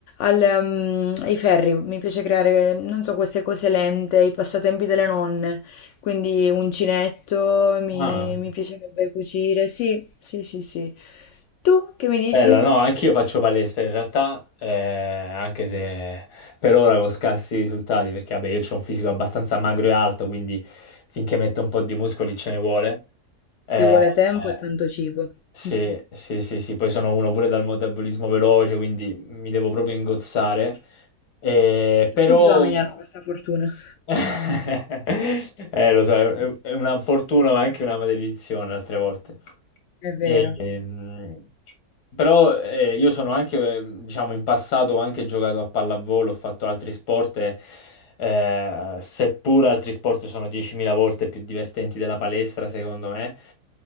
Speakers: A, on the left (about 65°); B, on the left (about 85°).
A: al, ehm, ai ferri. Mi piace creare, non so, queste cose lente, i passatempi delle nonne. Quindi uncinetto, mi,
B: Ah,
A: mi piacerebbe cucire. Sì, sì, sì, sì. Tu che mi dici?
B: bello, no, anch'io faccio palestra in realtà, eh, anche se per ora con scarsi risultati, perché vabbè, io ho un fisico abbastanza magro e alto, quindi finché metto un po' di muscoli ce ne vuole. Eh,
A: Ci vuole
B: eh,
A: tempo e tanto cibo.
B: sì,
A: <laughs>
B: sì, sì, sì, poi sono uno pure dal metabolismo veloce, quindi mi devo proprio ingozzare. Eh,
A: Tutti
B: però
A: gli uomini hanno questa fortuna. <laughs>
B: <laughs> Eh, lo so, è è una fortuna ma anche una maledizione altre volte.
A: È vero.
B: E, mm, però eh, io sono anche, eh, diciamo, in passato ho anche giocato a pallavolo, ho fatto altri sport, e, eh, seppur altri sport sono 10.000 volte più divertenti della palestra, secondo me.